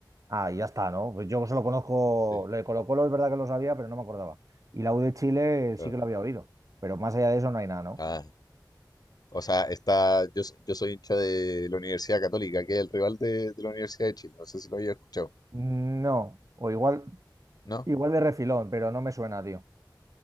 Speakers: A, on the right (about 45°); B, on the left (about 55°).
A: Ah, y ya está, ¿no? Pues yo solo conozco,
B: sí,
A: lo de Colo-Colo es verdad que lo sabía, pero no me acordaba. Y la U de Chile
B: claro.
A: sí que lo había oído, pero más allá de eso no hay nada, ¿no?
B: Ah, o sea, está, yo, s- yo soy hincha de la Universidad Católica, que es el rival de, de la Universidad de Chile, no sé si lo había escuchado,
A: No, o igual.
B: ¿no?
A: Igual de refilón, pero no me suena, tío.